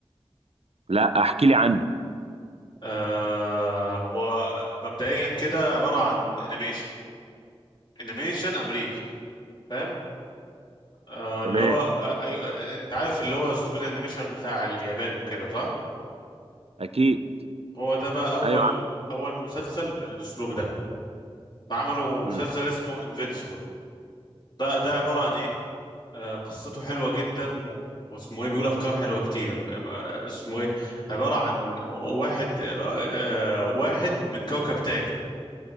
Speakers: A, on the right; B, on the left.
A: لا احكي لي عنه
B: آه هو مبدئيا كده عبارة عن انيميشن انيميشن امريكي فاهم آه، اللي
A: تمام
B: هو آه، أيوة، آه، انت عارف اللي هو اسلوب الانيميشن بتاع اليابان وكده صح
A: اكيد
B: هو ده بقى اول
A: ايوه
B: اول مسلسل بالاسلوب ده فعملوا مسلسل
A: امم
B: اسمه انفينسيبل ده ده عبارة عن ايه آه قصته حلوة جدا و... واسمه ايه بيقول افكار حلوة كتير آه اسمه ايه عبارة عن واحد آه آه واحد من كوكب تاني